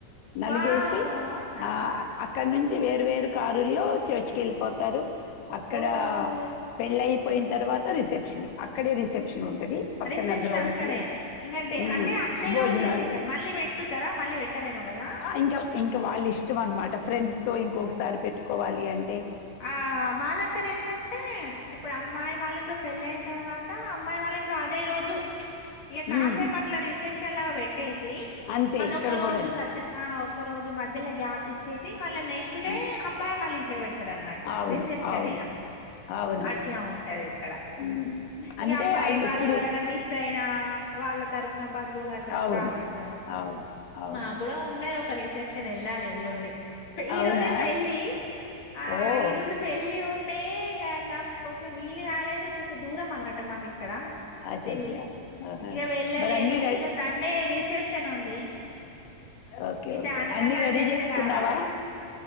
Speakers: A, on the left (about 90°); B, on the left (about 50°).
A: నలుగేసి
B: వావ్! అవునా?
A: ఆ అక్కడ్నుంచి వేరు వేరు కారుల్లో చర్చికెళ్ళిపోతారు అక్కడ
B: ఓహో
A: పెళ్ళైపోయిన తర్వాత రిసెప్షను అక్కడే రిసెప్షనుంట్ ఉంటది పక్కన
B: రిసెప్షన్
A: గ్రౌండ్స్
B: అక్కడే
A: లో
B: ఇంకా డే
A: మ్మ్
B: అంటే అదే
A: భోజనాలు
B: రోజు రిసెప్షన్ మళ్ళీ పెట్టుతారా మళ్ళీ పెట్టరేమో కదా
A: ఇంకా ఇంకా వాళ్ళిష్టం అన్మమాట ఫ్రెండ్స్ తో ఇంకొకసారి పెట్టుకోవాలి అన్
B: ఆ మా దగ్గరేంటంటే ఇపుడామ్మాయి వాళ్ళ ఇంట్లో పెళ్ళే ఐన్ తర్వాత అమ్మాయి వాళ్ళంట్లో అదే రోజు ఇగ
A: హ్మ్.
B: కాసేపట్ల రిసెప్షన్ లాగా బెట్టేసి
A: అంతే
B: మల్లొక
A: ఇక్కడ
B: రోజు
A: గూడా అంతే.
B: సత్య అ ఒ కో రోజు మధ్యల గ్యాప్ ఇచ్చేసి మళ్ళ నెక్స్ట్ డే
A: హ్మ్.
B: అబ్బాయి వాళ్ళ ఇంట్ల పెడ్త్ తరఅన్నట్టు
A: అవును.
B: రిసెప్షన్
A: అవును.
B: ఇగా
A: అవునవును.
B: అట్లా ఉంటది ఇక్కడ
A: హ్మ్. అంతే
B: ఇగా అబ్బాయి
A: ఆళ్ళు
B: వాళ్ళేవరన్న
A: ఇప్పుడు
B: మిస్ అయిన్ ఆ వాళ్ళ తరపున బంధువులటు
A: అవును.
B: రావచ్చని
A: అవును. అవునవును.
B: మాగ్గుడా ఉన్నయ్ ఒక రీసెప్ నెనెల్లాలే ఎల్లుండి ప్ ఈ
A: అవునా?
B: రోజే పెళ్లి ఆ
A: ఓహ్!
B: ఈ రోజ్ పెళ్ల్ పెళ్ళి ఉండే ఇగ నాక్ కొంచెం వీలు గాలేదు కొంచెం దూరమన్నట్ట మాక్ క్కడ
A: అచ్చచ్చా!
B: పెళ్లి
A: ఆహా!
B: ఇగ వెళ్ళలేదు
A: మరి అన్నీ రె
B: ఇగ సండే దీస్క్ సెప్షన్ ఉంది
A: ఓకే.
B: ఈ
A: ఓకే.
B: దానికన్నా
A: అన్నీ రెడీ
B: అటెప్ట్
A: జేసుకున్నావా?
B: కావాలే